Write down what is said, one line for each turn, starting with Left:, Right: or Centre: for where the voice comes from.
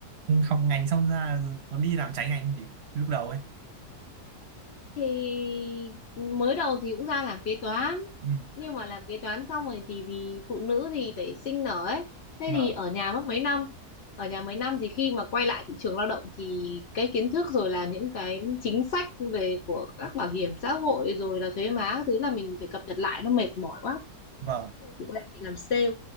Right: học ngành xong ra có đi làm trái ngành không chị lúc đầu ấy
Left: thì mới đầu thì cũng ra làm kế toán
Right: ừ
Left: nhưng mà làm kế toán xong rồi thì vì phụ nữ thì phải sinh nở ấy thế
Right: vâng
Left: thì ở nhà mất mấy năm ở nhà mấy năm thì khi mà quay lại thị trường lao động thì cái kiến thức rồi là những cái chính sách về của các bảo hiểm xã hội rồi là thuế má các thứ là mình phải cập nhật lại nó mệt mỏi quá
Right: vâng
Left: Thế chị quay chị làm sale